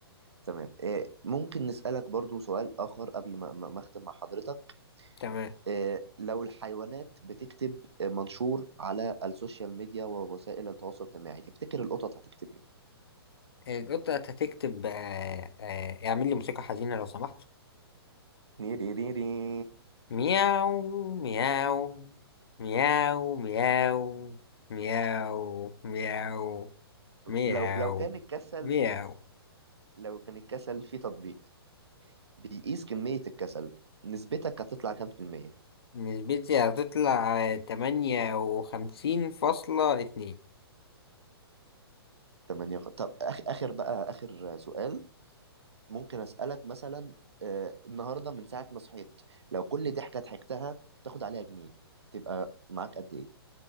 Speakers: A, on the right (about 85°); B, on the left (about 65°).
A: تمام آه، ممكن نسألك برضو سؤال آخر قبل ما ما ما أختم مع حضرتك
B: تمام
A: آه، لو الحيوانات بتكتب آه، منشور على السوشيال ميديا ووسائل التواصل الاجتماعي تفتكر القطط هتكتب إيه؟
B: القطة هتكتب آه، آه، اعمل لي موسيقى حزينة لو سمحت
A: تمام
B: مياو مياو مياو مياو مياو مياو مياو
A: لو لو كان الكسل
B: مياو
A: لو كان الكسل في تطبيق بيقيس كمية الكسل نسبتك هتطلع كام في المية؟
B: نسبتي هتطلع تمانية وخمسين فاصلة اتنين
A: 8 طب آخ... آخر بقى آخر سؤال ممكن أسألك مثلا آه النهاردة من ساعة ما صحيت لو كل ضحكة ضحكتها تاخد عليها جنيه تبقى معاك قد إيه؟